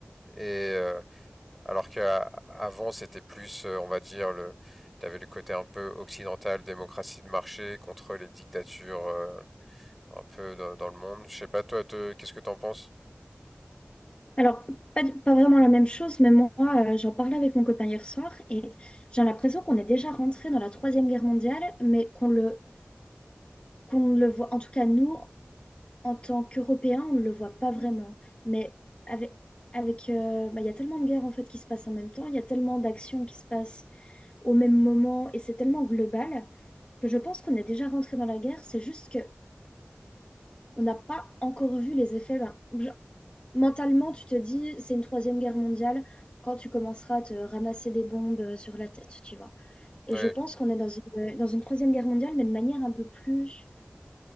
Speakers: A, in the centre; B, on the left.
A: et euh, alors qu'avant c'était plus, euh, on va dire le T'avais le côté un peu occidental, démocratie de marché contre les dictatures euh, un peu dans, dans le monde. Je sais pas toi, te- qu'est-ce que t'en penses?
B: Alors, pas, du- pas vraiment la même chose, mais moi, euh, j'en parlais avec mon copain hier soir et j'ai l'impression qu'on est déjà rentré dans la Troisième Guerre mondiale, mais qu'on le, qu'on ne le voit, en tout cas nous, En tant qu'Européen, on ne le voit pas vraiment. Mais avec, avec, euh, bah, il y a tellement de guerres en fait qui se passent en même temps, il y a tellement d'actions qui se passent au même moment, et c'est tellement global que je pense qu'on est déjà rentré dans la guerre. C'est juste que on n'a pas encore vu les effets. Ben, genre, mentalement, tu te dis, c'est une troisième guerre mondiale quand tu commenceras à te ramasser des bombes euh, sur la tête, tu vois.
A: Oui,
B: Et je pense qu'on est dans une, dans une troisième guerre mondiale, mais de manière un peu plus...